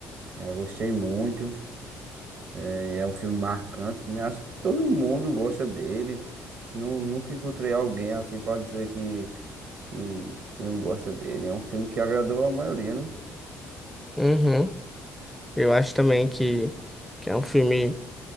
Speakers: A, on the right; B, in the centre.
A: É, gostei muito. É, é um filme marcante, né? Acho que todo mundo gosta dele. Nu- nunca encontrei alguém assim para dizer que que, que não gosta dele. É um filme que agradou a maioria, né?
B: Uhum. Eu acho também que, que é um filme.